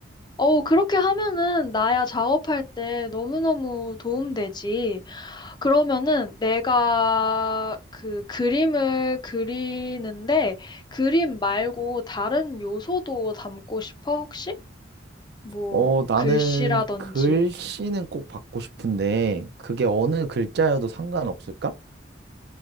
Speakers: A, on the left; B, on the right.
A: 어, 그렇게 하면은 나야 작업할 때 너무너무 도움되지. 그러면은 내가 그 그림을 그리는데 그림 말고 다른 요소도 담고 싶어, 혹시? 뭐
B: 어, 나는
A: 글씨라든지.
B: 글씨는 꼭 받고 싶은데, 그게 어느 글자여도 상관없을까?